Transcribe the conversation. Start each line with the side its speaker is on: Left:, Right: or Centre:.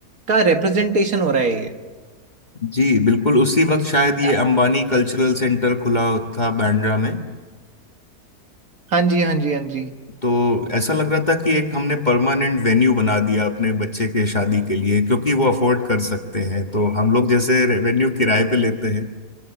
Right: का रिप्रेजेंटेशन हो रहा है ये
Left: जी बिल्कुल उसी वक्त शायद ये
Right: यार,
Left: अंबानी कल्चरल सेंटर खुला था बांद्रा में
Right: हाँ जी हाँ जी हाँ जी
Left: तो ऐसा लग रहा था कि एक हमने परमानेंट वेन्यू बना दिया अपने बच्चे के शादी के लिए क्योंकि वो अफोर्ड कर सकते हैं तो हम लोग जैसे वेन्यू किराए पे लेते हैं